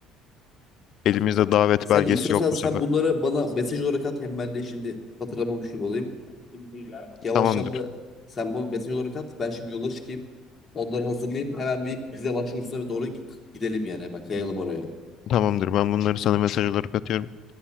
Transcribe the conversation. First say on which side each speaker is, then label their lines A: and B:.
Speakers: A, on the left; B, on the left.
A: Elimizde davet
B: Sen
A: belgesi
B: istiyorsan
A: yok bu
B: sen
A: sefer.
B: bunları bana mesaj olarak at. Hem ben de şimdi hatırlamamış gibi olayım. Yavaştan
A: Tamamdır.
B: da sen bu mesaj olarak at. Ben şimdi yola çıkayım. Onları hazırlayayım. Hemen bir vize başvurusuna doğru gi- gidelim yani. Hemen kayalım oraya.
A: Tamamdır. Ben bunları sana mesaj olarak atıyorum.